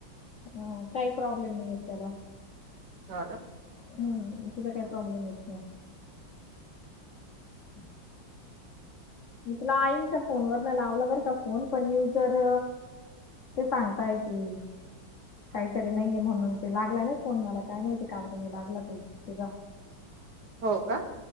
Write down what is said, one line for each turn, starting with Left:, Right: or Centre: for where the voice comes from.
Left: हम्म काही प्रॉब्लेम नाही येत त्याला
Right: हो ना
Left: हम इथ तर काय प्रॉब्लेम येत नाही <inaudible> मी तुला आईनच्या फोनवर न लावला बरं का फोन पण यूजर ते सांगताय की काहीतरी नाहीये म्हणून ते लागला नाही फोन मला काय माती काबर म लागला तू तुझा. <inaudible>
Right: हो का